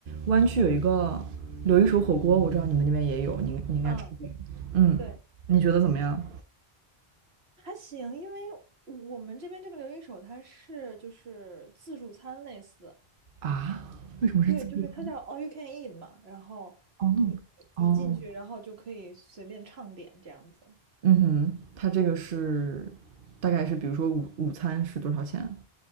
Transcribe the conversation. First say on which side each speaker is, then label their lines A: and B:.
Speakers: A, on the right; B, on the right.
A: 湾区有一个刘一手火锅，我知道你们那边也有，你你应该吃过。
B: 嗯，
A: 嗯，
B: 对。
A: 你觉得怎么样？
B: 还行，因为我们这边这个留一手它是就是自助餐类似，
A: 啊？为什么是自助餐？
B: 对，就是它叫 all you can eat 嘛，然后你你你进去，
A: 哦，no，哦，
B: 然后就可以随便畅点这样子，
A: 嗯哼，它这个是大概是比如说午午餐是多少钱